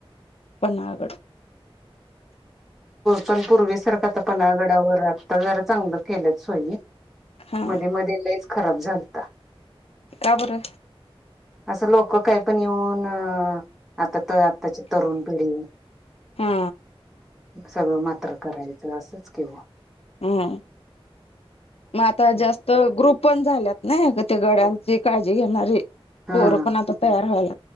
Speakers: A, on the left (about 85°); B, in the centre.
A: पन्नाळागड.
B: पण पूर्वीसारखा आता पन्नागडावर आत्ता जरा चांगलं केलंच सोई.
A: हा
B: मध्ये मध्ये लईच खराब झालता.
A: का बर.
B: असं लोक काय पण येऊन आता तर आत्ताची तरुण पिढी
A: हा
B: <inaudible> सगळं मात्र करायचं असंच केव.
A: हा मग आता जास्त ग्रुप पण झाल्यात नाही ते गड्यांची काळजी घेणारी.
B: हा
A: पोर पण आता तयार व्हायलात.